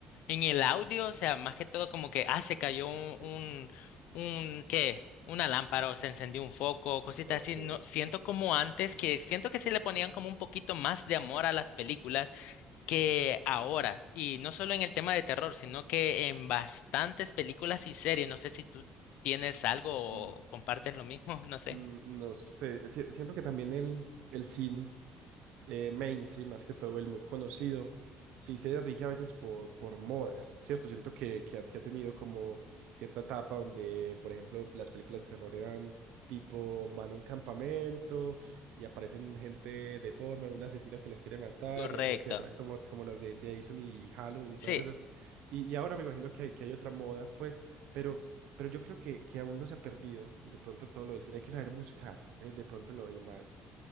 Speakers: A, on the left (about 75°); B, on the right (about 75°).
A: en el audio, o sea, más que todo como que, ah, se cayó un, un,
B: Sí,
A: un, ¿qué? Una lámpara o se encendió un foco, cositas
B: Ok.
A: así. No, siento como antes que siento que sí le ponían como un poquito más de amor a las películas que ahora. Y no solo en el tema de terror, sino que en bastantes películas y series. No sé si tú tienes algo
B: Mm,
A: o compartes lo mismo, <laughs> no sé.
B: mm, no sé, si- siento que también el, el cine. eh, mainstream, más que todo el muy conocido, sí se rige a veces por, por modas, ¿cierto? Siento que, que ha, que ha tenido como cierta etapa donde, por ejemplo, las películas de terror eran tipo, van a un campamento y aparecen gente deforme, un asesino que los quiere matar
A: Correcto.
B: y así, etcétera, como, como las de Jason y Halloween y
A: Sí.
B: todas esas. Y, y ahora me imagino que hay, que hay otra moda, pues, pero... Pero yo creo que, que aún no se ha perdido de pronto todo lo del cine. Hay que saber buscar eh, de pronto lo, de lo más